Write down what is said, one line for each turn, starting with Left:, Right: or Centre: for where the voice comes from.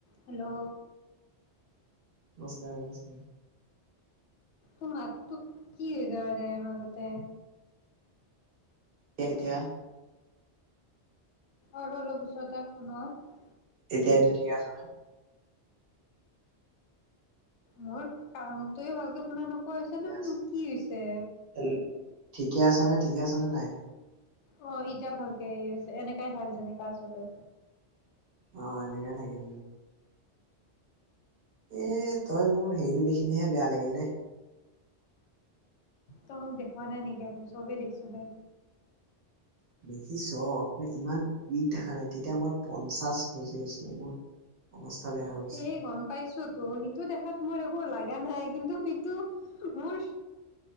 Left: Hello.
Right: নমস্কাৰ নমস্কাৰ।
Left: তোৰ মাত তোক কি হৈ যায় মানে মাজতে।
Right: তেতিয়া।
Left: আৰু অলপ ওচৰতে ফোনত।
Right: এতিয়া এতিয়া ঠিকে আছে ন?
Left: মোৰ কামটোয়ে ভালকে শুনা নপোৱা। পইচাটো
Right: ঠিকে আছে।
Left: মোৰ কি হৈছে?
Right: হেল- ঠিকে আছ নে ঠিকে আছ নে নাই?
Left: অ এতিয়া ভালকে আছে এনেকাই থাক যেনেকা আচ তই।
Right: অ এনেকে থাকিম এ তই মোৰ হেৰিটো দেখিলিহে বেয়া লাগিল দেই।
Left: তই মোক দেখুৱা নাই নেকি আকৌ চবেই দেখিছো দে।
Right: দেখিছ ইমান উইক দেখা নাই তেতিয়া মই পঞ্চাশ কেজি হৈছিলো মোৰ অৱস্থা। বেয়া হৈ গৈছিলে।
Left: এ গম পাইছো তো। টো দেখাত মোৰ একো লগা নাই কিন্তু সিটো মোৰ